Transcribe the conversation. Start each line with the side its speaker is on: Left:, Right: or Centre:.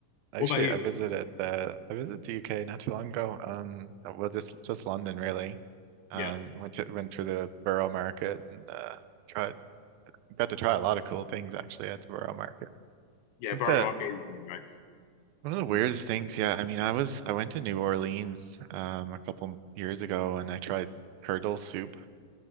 Right: Actually,
Left: What about you?
Right: I visited uh I visited the UK not too long ago. Um, uh, well, just just London really. Um,
Left: Yeah,
Right: went to went through the Borough Market and uh, tried got to try a lot of cool things actually at the Borough Market. I
Left: yeah,
Right: think
Left: Borough
Right: the
Left: Market is really nice.
Right: one of the weirdest things, yeah, I mean, I was I went to New Orleans um a couple years ago and I tried turtle soup,